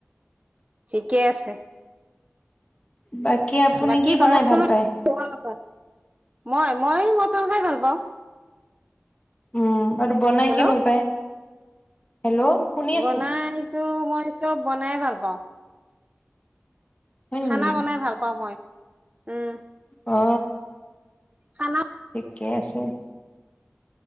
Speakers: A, on the right; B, on the left.
A: ঠিকেই আছে।
B: বাকী আপুনি
A: বাকী
B: কি বনাই
A: ঘৰত
B: ভাল
A: কো
B: পায়?
A: তোমালোকৰ মই মই মটৰ খাই ভাল পাওঁ।
B: উম আৰু বনাই
A: হেল্ল'
B: কি ভাল পাই? হেল্ল' শুনি
A: বনাইতো
B: আছোঁ।
A: মই চব বনাই ভাল পাওঁ।
B: হয়
A: খানা
B: নেকি
A: বনাই ভাল পাওঁ মই উম।
B: অ
A: খানা
B: ঠিকে আছে।